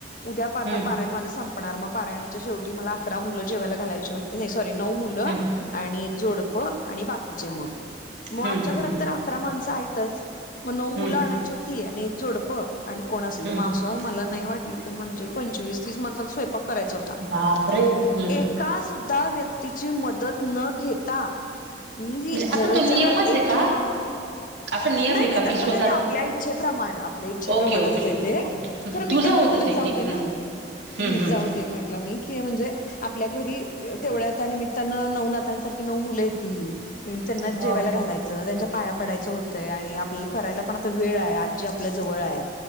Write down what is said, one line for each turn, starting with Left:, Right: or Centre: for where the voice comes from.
Left: उद्या पाहता
Right: हम्म
Left: पारायण माझ संप. सपणार मग पारायणाच्या शेवटी मला अकरा मुलं जेवायला घालायची होती नाही सॉरी नऊ मुलं
Right: हम्म
Left: आणि एक जोडप. हो आणि बाकीचे मग. मग
Right: हम्म
Left: आमच्या
Right: हम्म
Left: घरात तर अकरा माणसं आहेतच मग नऊ
Right: हम्म
Left: मुलं आणायची होती आणि एक झोडपं. आणि कोण असेल
Right: हम्म
Left: ते असं मला नाही वाटलं तर म्हणजे पंचवीस तीस माणस स्वय. करायच होता
Right: बापरे हम्म
Left: एका सुद्धा व्यक्त. तीची मदत न घेता मी
Right: म्हणजे
Left: जवळ,
Right: असा तो
Left: जवळ
Right: नियमच
Left: एक
Right: आहे का?
Left: किलो.
Right: असं नियम
Left: नाही
Right: आहे का
Left: नाही तस
Right: की स्वतःच
Left: काय नाही आपल्या इच्छेप्रमाण आपल्या इच्छेप्रमाण
Right: ओके ओके
Left: असतं ते
Right: ओके हं
Left: खर मी
Right: तुझं
Left: काय
Right: होतं
Left: म्हटलं.
Right: ते
Left: जाऊ
Right: की
Left: दे ना
Right: हं हं हं.
Left: जाऊ दे म्हट मी म्हणजे. आपल्या घरी तेवढ्या त्या निमित्तानं नऊ नातांसारखी नऊ मुलं येतील. त्यांना
Right: हा,
Left: जेवायला
Right: ओके.
Left: घालायचं त्यांच्या पाया पडायचं होतंय आणि आपल्याला करायला पण आता वेळ आहे. आपल्या जवळ